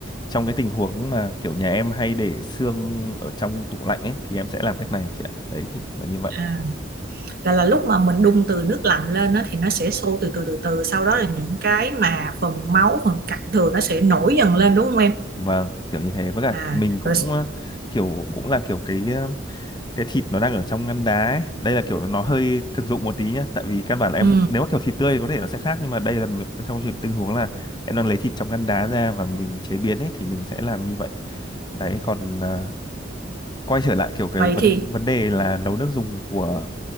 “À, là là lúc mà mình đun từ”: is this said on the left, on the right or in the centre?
Right